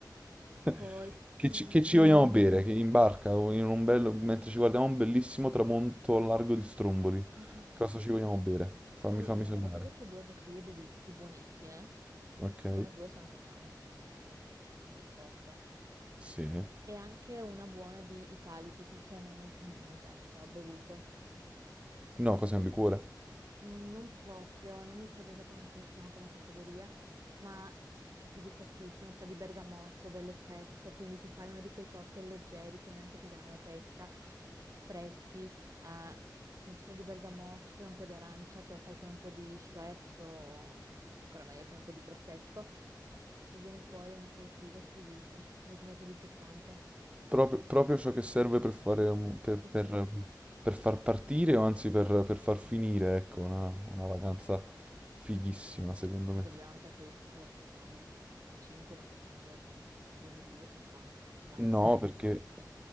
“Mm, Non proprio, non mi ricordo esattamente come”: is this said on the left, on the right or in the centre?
Right